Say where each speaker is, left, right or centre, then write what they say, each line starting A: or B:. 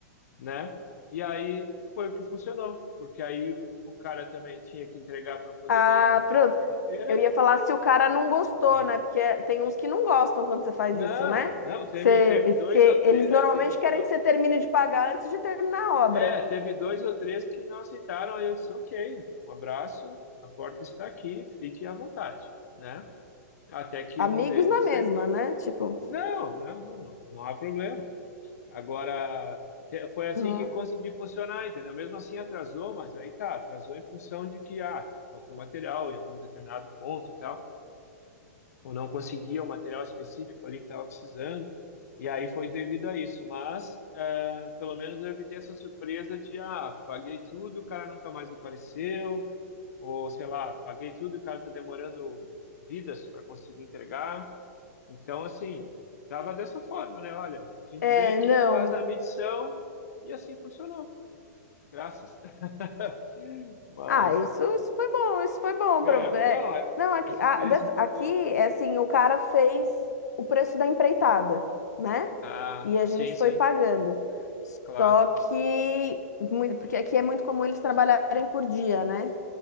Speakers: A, on the left; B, on the left.
A: né? E aí foi o que funcionou, porque aí o cara também tinha que entregar para poder
B: Ah,
A: ganhar na
B: pronto.
A: sexta-feira,
B: Eu ia falar se o cara não gostou,
A: né?
B: né? Porque tem uns que não gostam quando você faz
A: Não,
B: isso, né?
A: não, teve,
B: Que você-
A: teve dois
B: porque
A: ou três,
B: eles normalmente
A: é, teve
B: querem
A: do-
B: que você termine de pagar antes de terminar a obra.
A: É, teve dois ou três que não aceitaram, aí eu disse, ok, um abraço, a porta está aqui, fique à vontade, né? Até que
B: Amigos
A: um deles
B: na
A: aceitou.
B: mesma, né? Tipo,
A: Não, não, não, não, não há problema. Agora, te- foi assim
B: não.
A: que consegui funcionar, entendeu? Mesmo assim atrasou, mas aí tá, atrasou em função de que, ah, faltou material em algum determinado ponto e tal ou não conseguia o material específico ali que estava precisando. E aí foi devido a isso. Mas eh, pelo menos eu evitei essa surpresa de, ah, paguei tudo, o cara nunca mais apareceu, ou sei lá, paguei tudo e o cara está demorando vidas para conseguir entregar. Então, assim, tava dessa forma, né? Olha, a gente
B: É,
A: vem aqui,
B: não.
A: faz a medição e assim funcionou. Graças. <laughs> Mas,
B: Ah, isso, isso foi bom, isso foi bom.
A: é,
B: Pra, é,
A: não, é,
B: não, aqui,
A: essa
B: a-
A: experiência
B: dessa-
A: foi
B: aqui
A: boa.
B: é assim, o cara fez o preço da empreitada, né?
A: Ah,
B: E a
A: sim,
B: gente
A: sim,
B: foi pagando.
A: claro.
B: Só que, muito, porque aqui é muito comum eles trabalharem por dia, né?